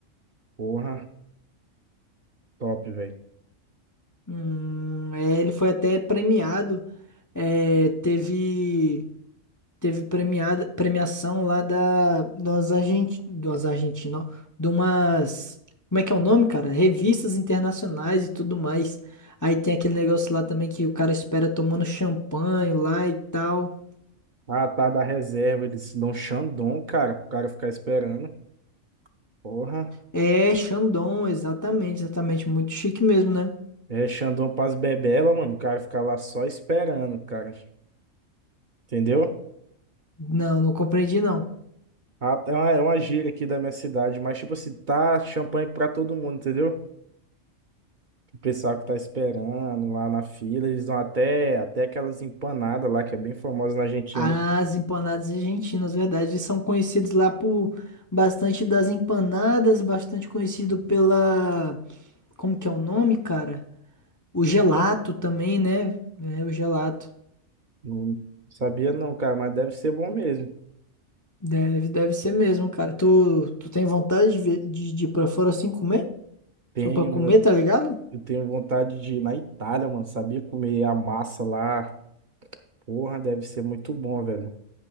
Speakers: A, on the right; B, on the left.
A: Porra, top, velho.
B: Hum, é, ele foi até premiado. É, teve. teve premiada, premiação lá da, das, Argenti, das Argentinas, ó, de umas, como é que é o nome, cara? Revistas internacionais e tudo mais. Aí tem aquele negócio lá também que o cara espera tomando champanhe lá e tal.
A: Ah, tá da reserva. Eles dão Xandão, cara, pro cara ficar esperando. Porra.
B: É, Chandon, exatamente, exatamente, muito chique mesmo, né?
A: É Xandão pras bebelas, mano. O cara ficar lá só esperando, cara. Entendeu?
B: Não, não compreendi não.
A: Ah, é uma, é uma gíria aqui da minha cidade, mas tipo assim, tá champanhe pra todo mundo, entendeu? O pessoal que tá esperando lá na fila, eles dão até, até aquelas empanadas lá, que é bem famosa na Argentina.
B: As empanadas argentinas, verdade, eles são conhecidos lá por bastante das empanadas, bastante conhecido pela, como que é o nome, cara? O gelato também, né? É, o gelato.
A: Não sabia não, cara, mas deve ser bom mesmo.
B: Deve, deve ser mesmo, cara. Tu, tu tem vontade de, ver- de, de ir pra fora assim comer?
A: Tenho,
B: Só pra comer,
A: mano,
B: tá ligado?
A: eu tenho vontade de ir na Itália, mano, sabia comer a massa lá. Porra, deve ser muito bom, velho.